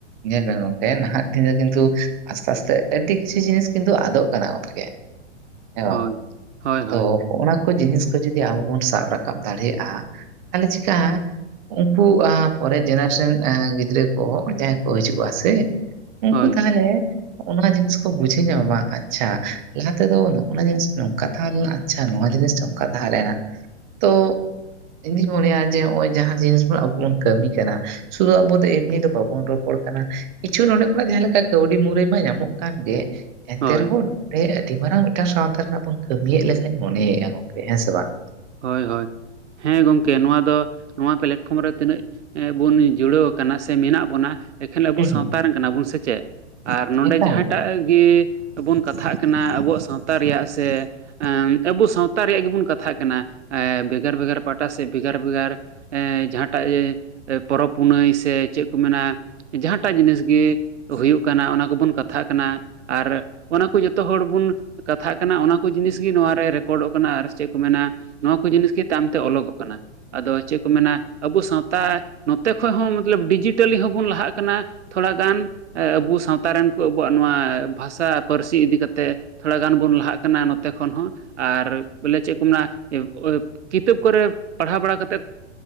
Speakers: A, on the right (about 40°); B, on the right (about 75°).
A: ᱧᱮᱞ ᱢᱮ ᱜᱚᱝᱠᱮ ᱱᱟᱦᱟᱜ ᱫᱤᱱ ᱫᱚ ᱠᱤᱱᱛᱩ ᱟᱥᱛᱮ ᱟᱥᱛᱮ ᱟᱹᱰᱤ ᱠᱤᱪᱷᱩ ᱡᱤᱱᱤᱥ ᱠᱤᱱᱛᱩ ᱟᱫᱚᱜ ᱠᱟᱱᱟ ᱜᱚᱝᱠᱮ <unintelligible>
B: ᱦᱳᱭ ᱦᱳᱭ
A: ᱟᱫᱚ
B: ᱦᱳᱭ
A: ᱦᱚᱜᱼᱚ ᱱᱟ ᱠᱚ ᱡᱤᱱᱤᱥ ᱠᱚ ᱡᱩᱫᱤ ᱟᱵᱚ ᱵᱚᱱ ᱥᱟᱵ ᱨᱟᱠᱟᱵ ᱫᱟᱲᱮᱭᱟᱜᱼᱟ ᱛᱟᱦᱞᱮ ᱪᱤᱠᱟ ᱩᱱᱠᱩ <unintelligible> ᱯᱚᱨᱮ ᱡᱮᱱᱟᱨᱮᱥᱚᱱ ᱜᱤᱫᱽᱨᱟᱹ ᱠᱚ ᱡᱟᱦᱟᱸᱭ ᱠᱚ ᱦᱤᱡᱩᱜᱼᱟ ᱥᱮ ᱩᱱᱠᱩ
B: ᱦᱳᱭ
A: ᱛᱟᱦᱚᱞᱮ ᱚᱱᱟ ᱡᱤᱱᱤᱥ ᱠᱚ ᱵᱩᱡᱷᱟᱹᱣ ᱧᱟᱢᱟ ᱵᱟᱝ ᱟᱪᱪᱷᱟ ᱞᱟᱦᱟ ᱛᱮᱫᱚ ᱱᱚᱜᱼᱱᱟ ᱡᱤᱱᱤᱥ ᱱᱚᱝᱠᱟ ᱛᱟᱦᱮᱸ ᱞᱮᱱᱟ ᱟᱪᱪᱷᱟ ᱱᱚᱣᱟ ᱡᱤᱱᱤᱥ ᱱᱚᱝᱠᱟ ᱛᱟᱦᱮᱸ ᱞᱮᱱᱟ ᱛᱚ ᱤᱧ ᱫᱩᱧ ᱢᱚᱱᱮᱭᱟ ᱡᱮ ᱱᱚᱜᱚᱭ ᱡᱟᱦᱟᱸ ᱡᱤᱱᱤᱥ ᱵᱚᱱ ᱟᱵᱚ ᱵᱚᱱ ᱠᱟᱹᱢᱤ ᱠᱟᱱᱟ ᱥᱩᱫᱷᱩ ᱟᱵᱚᱫ ᱫᱚ ᱮᱢᱱᱤ ᱫᱚ ᱵᱟᱵᱚᱱ ᱨᱚᱯᱚᱲ ᱠᱟᱱᱟ ᱠᱤᱪᱷᱩ ᱱᱚᱰᱮ ᱠᱷᱚᱱᱟᱜ ᱡᱟᱦᱟᱸ ᱞᱮᱠᱟ ᱠᱟᱹᱣᱰᱤ ᱢᱩᱨᱟᱹᱭ ᱢᱟ ᱧᱟᱢᱚᱜ ᱠᱟᱱ ᱜᱮ ᱮᱱᱛᱮ
B: ᱦᱳᱭ
A: ᱨᱮᱦᱚᱸ ᱱᱚᱸᱰᱮ ᱟᱹᱰᱤ ᱢᱟᱨᱟᱝ ᱢᱤᱫᱴᱟᱱ ᱥᱟᱶᱛᱟ ᱨᱮᱱᱟᱜ ᱵᱚᱱ ᱠᱟᱹᱢᱤᱭᱮᱫ ᱞᱮ ᱞᱮᱠᱟᱧ ᱢᱚᱱᱮᱭᱮᱫᱼᱟ ᱜᱚᱝᱠᱮ ᱦᱮᱸ ᱥᱮ ᱵᱟᱝ
B: ᱦᱳᱭ ᱦᱳᱭ ᱦᱮᱸ ᱜᱚᱢᱠᱮ ᱱᱚᱣᱟ ᱫᱚ ᱱᱚᱣᱟ ᱯᱞᱟᱴᱯᱷᱚᱨᱚᱢ ᱨᱮ ᱛᱤᱱᱟᱹᱜ ᱮᱸ ᱵᱚᱱ ᱡᱩᱲᱟᱹᱣ ᱟᱠᱟᱱᱟ ᱥᱮ ᱢᱮᱱᱟᱜ ᱵᱚᱱᱟ ᱮᱠᱷᱟᱱ ᱟᱵᱚ
A: ᱦᱩᱸ
B: ᱥᱟᱶᱛᱟ
A: ᱦᱩᱸ
B: ᱨᱮᱱ ᱠᱟᱱᱟ ᱵᱚᱱ ᱥᱮᱪᱮᱫ ᱟᱨ ᱱᱚᱰᱮ
A: ᱮᱠᱟᱞ
B: ᱡᱟᱦᱟᱸᱭᱴᱟᱜ ᱜᱮ ᱟᱵᱚᱱ ᱠᱟᱛᱷᱟᱜ ᱠᱟᱱᱟ ᱟᱵᱩᱣᱟᱜ ᱥᱟᱶᱛᱟ ᱨᱮᱭᱟᱜ ᱥᱮ ᱟᱵᱩ ᱥᱟᱶᱛᱟ ᱨᱮᱭᱟᱜ ᱜᱮᱵᱚᱱ ᱠᱟᱛᱷᱟᱜ ᱠᱟᱱᱟ ᱠᱟᱱᱟ ᱮᱸ ᱵᱷᱮᱜᱟᱨ ᱵᱷᱮᱜᱟᱨ ᱯᱟᱦᱴᱟ ᱥᱮ ᱵᱷᱮᱜᱟᱨ ᱵᱷᱮᱜᱟᱨ ᱮ ᱡᱟᱦᱟᱸᱴᱟᱜ ᱯᱚᱨᱚᱵᱽ ᱯᱩᱱᱟᱹᱭ ᱥᱮ ᱪᱮᱫ ᱠᱚ ᱢᱮᱱᱟ ᱡᱟᱦᱟᱸᱴᱟᱜ ᱡᱤᱱᱤᱥ ᱜᱮ ᱦᱩᱭᱩᱜ ᱠᱟᱱᱟ ᱚᱱᱟ ᱠᱚᱵᱚᱱ ᱠᱟᱛᱷᱟᱜ ᱠᱟᱱᱟ ᱟᱨ ᱚᱱᱟ ᱠᱚ ᱡᱚᱛᱚ ᱦᱚᱲ ᱵᱩᱱ ᱠᱟᱛᱷᱟᱜ ᱠᱟᱱᱟ ᱚᱱᱟ ᱠᱚ ᱡᱤᱱᱤᱥ ᱜᱤ ᱱᱚᱣᱟᱨ ᱨᱮ ᱨᱮᱠᱚᱨᱰᱚᱜ ᱠᱟᱱᱟ ᱟᱨ ᱪᱮᱫ ᱠᱚ ᱢᱮᱱᱟ ᱱᱚᱣᱟ ᱠᱚ ᱡᱤᱱᱤᱥ ᱜᱮ ᱛᱟᱭᱚᱢᱛᱮ ᱚᱞᱚᱜᱚᱜ ᱠᱟᱱᱟ ᱟᱫᱚ ᱪᱮᱫ ᱠᱚ ᱢᱮᱱᱟ ᱟᱵᱚ ᱥᱟᱶᱛᱟ ᱱᱚᱛᱮ ᱠᱷᱚᱡ ᱦᱚᱸ ᱢᱚᱛᱞᱚᱵ ᱰᱤᱡᱤᱴᱟᱞᱤ ᱦᱚᱸᱵᱚᱱ ᱞᱟᱦᱟᱜ ᱠᱟᱱᱟ᱾ ᱛᱷᱚᱲᱟᱜᱟᱱ ᱟᱵᱚ ᱥᱟᱶᱛᱟ ᱨᱮᱱ ᱠᱚ ᱟᱵᱚᱣᱟᱜ ᱱᱚᱣᱟ ᱵᱷᱟᱥᱟ ᱯᱟᱹᱨᱥᱤ ᱤᱫᱤ ᱠᱟᱛᱮ ᱛᱷᱚᱲᱟ ᱜᱟᱱ ᱵᱚᱱ ᱞᱟᱦᱟᱜ ᱠᱟᱱᱟ ᱱᱚᱛᱮ ᱠᱷᱚᱱ ᱦᱚᱸ ᱟᱨ ᱵᱚᱞᱮ ᱪᱮᱫ ᱠᱚ ᱢᱮᱱᱟ ᱾ ᱠᱤᱛᱟᱹᱵ ᱠᱚᱨᱮ ᱯᱟᱲᱦᱟᱣ ᱵᱟᱲᱟ ᱠᱟᱛᱮ